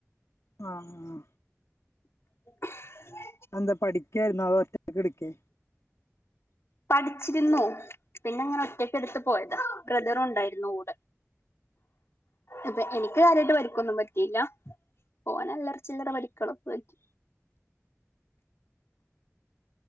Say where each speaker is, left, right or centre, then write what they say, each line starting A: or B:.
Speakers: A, on the left (about 75°); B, on the left (about 55°).
A: ആഹ് ആ
B: <unintelligible>
A: അന്ത പഠിക്കായിരുന്നോ അതോ ഒറ്റക്ക് എടുക്കേ
B: പഠിച്ചിരുന്നു. പിന്നെ ഇങ്ങനെ ഒറ്റക്ക് എടുത്ത് പോയതാ ബ്രദറുണ്ടായിരുന്നു കൂടെ. അപ്പൊ എനിക്ക് കാര്യമായിട്ട് പരിക്കൊന്നും പറ്റ പറ്റില്ല ഓനല്ലറ ചില്ലറ പരിക്കാളൊക്ക പറ്റി.